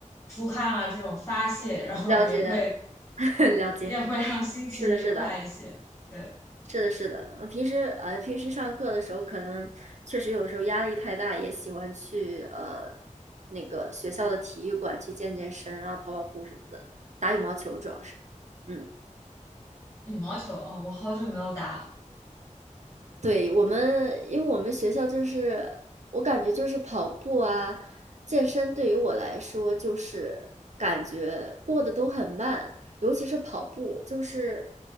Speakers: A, on the left; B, on the right.
A: 出汗啊这种发泄，然后也会
B: 了解，<laughs> 了解，
A: 也会让心情愉快一些，
B: 是的，是的，
A: 对。
B: 是的，是的。呃平时呃，平时上课的时候，可能确实有时候压力太大，也喜欢去呃那个学校的体育馆去健健身啊，跑跑步什么的，打羽毛球主要是，嗯。
A: 羽毛球，哦，我好久没有打了。
B: 对，我们，因为我们学校就是，我感觉就是跑步啊、健身对于我来说，就是感觉过得都很慢，尤其是跑步，就是